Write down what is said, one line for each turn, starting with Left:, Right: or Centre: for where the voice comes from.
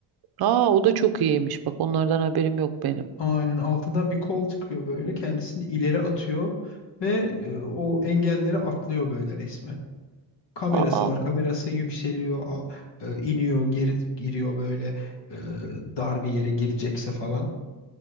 Right: Aa, o da çok iyiymiş. Bak onlardan haberim yok benim.
Left: Aynen altından bir kol çıkıyor böyle. Kendisini ileri atıyor ve e, o engelleri atlıyor böyle resmen. Kamerası
Right: Aa.
Left: var. Kamerası yükseliyor, a- e, iniyor, geri giriyor böyle e, dar bir yere girecekse falan.